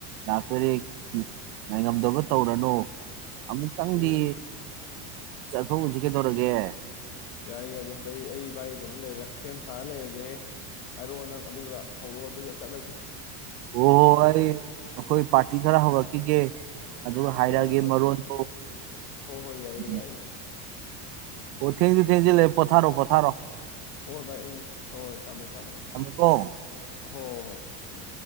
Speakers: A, on the right (about 75°); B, on the left (about 50°).
A: ꯂꯥꯛꯇꯣꯏꯔꯦ ꯉꯥꯏꯉꯝꯗꯕ ꯇꯧꯔꯅꯨ ꯑꯃꯨꯛꯇꯪꯗꯤ
B: ꯑꯣ
A: ꯆꯥꯛꯊꯣꯛ ꯍꯧꯁꯤ ꯀꯩꯗꯧꯔꯒꯦ
B: ꯌꯥꯔꯦ ꯌꯥꯏꯔꯦ ꯑꯗꯗꯒꯤ ꯑꯩ ꯏꯕꯥꯒꯤ ꯀꯩꯅꯣ ꯂꯩꯔꯦ ꯁꯦꯝ ꯁꯥꯔ ꯂꯩꯔꯒꯦꯍꯦ ꯍꯥꯏꯔꯛꯑꯣ ꯅꯪ ꯑꯗꯨꯒ ꯍꯧꯔꯛꯑꯣ ꯑꯗꯨꯒ ꯆꯠꯂꯁꯤ
A: ꯍꯣꯏ ꯍꯣꯏ ꯑꯩ ꯑꯩꯈꯣꯏ ꯄꯥꯔꯇꯤ ꯈꯔ ꯍꯧꯔꯛꯈꯤꯒꯦ ꯑꯗꯨꯒ ꯍꯥꯏꯔꯛꯑꯒꯦ
B: ꯍꯣꯏ ꯍꯣꯏ
A: ꯃꯔꯣꯟꯗꯣ
B: ꯍꯣꯏ
A: ꯎꯝ
B: ꯍꯣꯏ ꯍꯣꯏ ꯌꯥꯏꯌꯦ ꯌꯥꯏꯌꯦ
A: ꯑꯣ ꯊꯦꯡꯁꯤ ꯊꯦꯡꯁꯤ ꯂꯩ ꯄꯊꯔꯣ ꯄꯊꯔ
B: ꯍꯣꯏ ꯥꯏ ꯎꯝ ꯊꯣꯏ ꯊꯥꯡꯃꯦ ꯊꯃꯦ ꯊ
A: ꯊꯝꯃꯦꯀꯣ
B: ꯍꯣ ꯍꯣ ꯎ